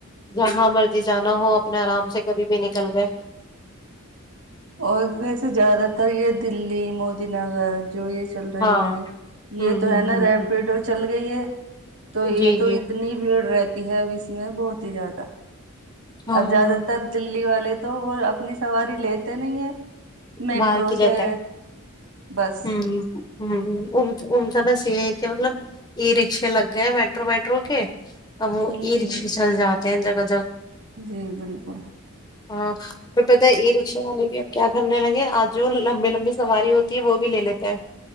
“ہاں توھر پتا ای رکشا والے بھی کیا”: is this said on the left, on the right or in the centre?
Left